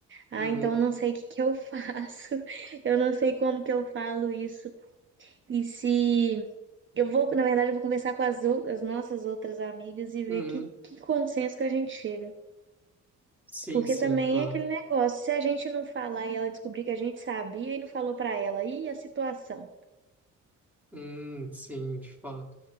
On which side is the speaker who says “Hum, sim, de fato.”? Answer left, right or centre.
Centre